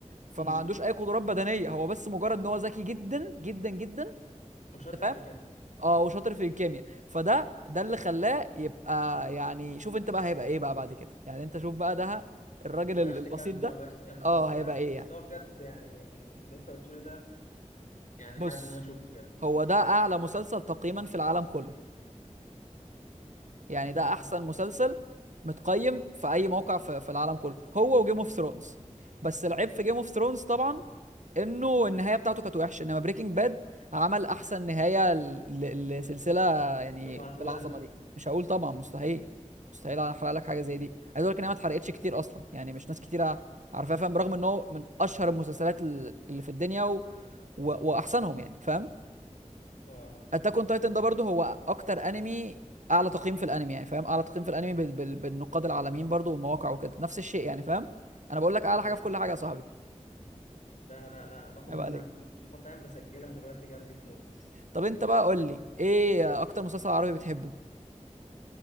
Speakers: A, on the right; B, on the left.
A: فما
B: امم
A: عندوش اي قدرات بدنيه هو بس مجرد ان هو ذكي جدا جدا جدا
B: وشاطر
A: انت فاهم
B: في الكيمياء
A: اه وشاطر في الكيمياء فده ده اللي خلاه يبقى يعني شوف انت بقى هيبقى ايه بقى بعد كده يعني انت شوف بقى ده الراجل
B: بلاش
A: ال- البسيط
B: تكمل
A: ده
B: اه بلاش تكمل بس
A: اه هيبقى ايه
B: بس
A: يعني
B: هو بجد يعني من اللي انت قلته لي ده يعني
A: بص
B: حابب ان انا اشوفه بجد
A: هو ده اعلى مسلسل تقييما في العالم كله يعني
B: طب
A: ده
B: لا لا
A: احسن مسلسل متقيم في اي موقع في, في العالم كله هو وجيم اوف ثرونز بس العيب في جيم اوف ثرونز طبعا انه النهايه بتاعته كانت وحشه انما بريكنج باد عمل احسن نهايه ل- ل- لسلسله يعني
B: يوم هتقولها
A: بالعظمه دي
B: <laughs>
A: مش هقول طبعا مستحيل مستحيل انا احرق لك حاجه زي دي عايز اقول لك ان هي ما اتحرقتش كتير اصلا يعني مش ناس كتير ع- عارفاها فاهم برغم ان هو من اشهر المسلسلات ال- اللي في الدنيا و... و... واحسنهم يعني فاهم
B: اه فاهم
A: اتاك اون تايتن ده برضه هو اكتر انمي اعلى تقييم في الانمي يعني فاهم اعلى تقييم في الانمي بال... بال... بالنقاد العالميين برضه والمواقع وكده نفس الشيء يعني فاهم انا بقول لك اعلى
B: ايوه
A: حاجه في كل حاجه يا صاحبي
B: لا لا لا باخد
A: عيب
B: منك
A: عليك
B: المعلومه فاهم بسجلها دلوقتي جنبي في نوتس
A: طب انت بقى قول لي ايه اكتر مسلسل عربي بتحبه